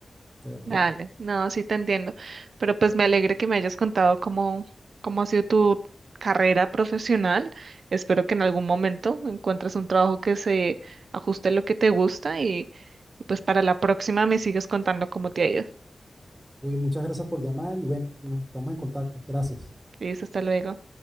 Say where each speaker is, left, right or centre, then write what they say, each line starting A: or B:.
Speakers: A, on the right; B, on the right.
A: de verdad.
B: Dale, no, sí te entiendo, pero pues me alegra que me hayas contado cómo, cómo ha sido tu carrera profesional. Espero que en algún momento encuentres un trabajo que se ajuste a lo que te gusta y, y pues para la próxima me sigues contando cómo te ha ido.
A: Oye, muchas gracias por llamar y bueno, estamos en contacto. Gracias.
B: Listo, hasta luego.